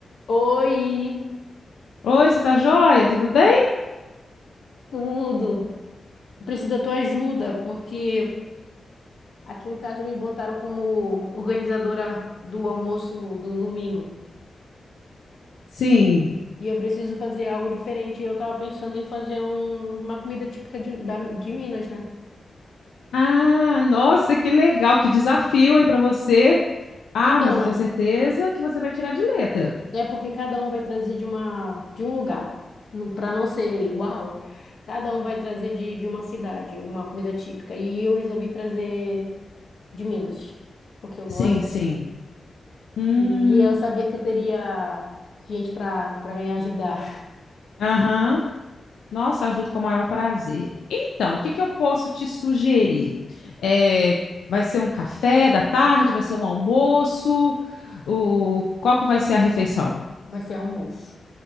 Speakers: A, on the left; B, on the left.
A: Oi,
B: Oi, você tá joia? Tudo bem?
A: tudo. Eu Preciso da tua ajuda, porque aqui em casa me botaram como organizadora do almoço do domingo.
B: Sim.
A: E eu preciso fazer algo diferente. Eu tava pensando em fazer um- uma comida típica de, da- de Minas, né?
B: Ah, nossa, que legal, que desafio, hein, para você. Ah,
A: Então,
B: mas eu tenho
A: é,
B: certeza que você vai tirar de letra.
A: é porque cada um vai trazer de uma, de um lugar. No- Pra não ser igual, cada um vai trazer de, de uma cidade, uma comida típica. E eu resolvi trazer de Minas, porque eu
B: Sim,
A: gosto.
B: sim. Hum,
A: E, e eu sabia que eu teria gente para para me ajudar.
B: aham. Nossa, ajudo com o maior prazer. Então, o que que eu posso te sugerir? É, vai ser um café da tarde? Vai ser um almoço? O, qual que vai ser a refeição?
A: <laughs> Vai ser almoço.